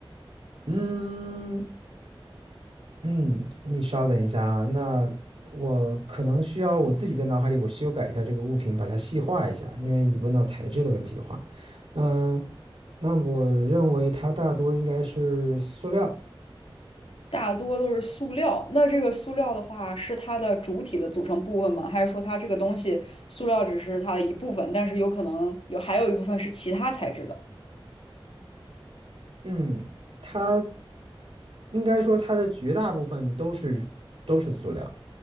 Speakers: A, on the right; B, on the left.
A: 嗯，嗯，你稍等一下啊，那我可能需要我自己在脑海里我修改一下这个物品，把它细化一下，因为你问到材质的问题的话，嗯，那我认为它大多应该是塑料，
B: 大多都是塑料。那这个塑料的话，是它的主体的组成部分吗？还是说它这个东西，塑料只是它的一部分，但是有可能有还有一部分是其他材质的？
A: 嗯，它应该说它的绝大部分都是都是塑料，